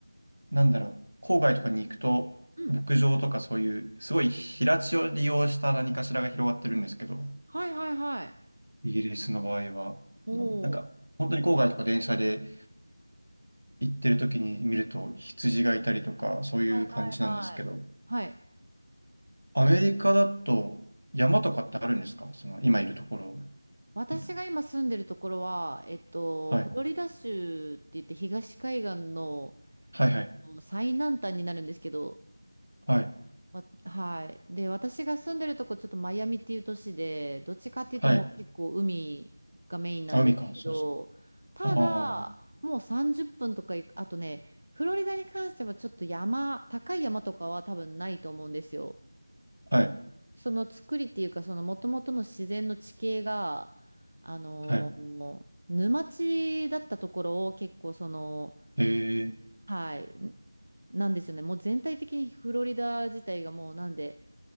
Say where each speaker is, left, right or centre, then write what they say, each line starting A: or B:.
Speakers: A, on the right; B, on the right.
A: なんだろう、郊外とかに行くと、
B: うん。
A: 牧場とかそういう、すごい平地を利用した何かしらが広がってるんですけど、
B: はいはいはい。
A: イギリスの場合は、
B: ほー。
A: なんか、本当に郊外とか電車で行ってる時に見ると羊がいたりとか、そういう感じなんですけど、
B: はいはいはい。はい。
A: アメリカだと山とかってあるんですかその、今いるところ。
B: 私が今住んでるところは、
A: うん
B: えっと、
A: はい、
B: フロリダ州って言って東海岸の
A: はい、はい、
B: 最南端になるんですけど、
A: はい、
B: わはい。で、私が住んでるとこちょっとマイアミっていう都市で、どっちかっていうともう結構海がメインなんですけど、
A: はい。あ、海か、そうです。
B: ただ、
A: ああ、は
B: もう30分とか行く、あとね、フロリダに関してはちょっと山、高い山とかは多分ないと思うんですよ。
A: い、
B: その作りっていうか、その元々の自然の地形が、あのー沼地だったところを結構その、
A: はい。へえ、
B: はい、んなんですよね。もう全体的にフロリダ自体がもうなんで、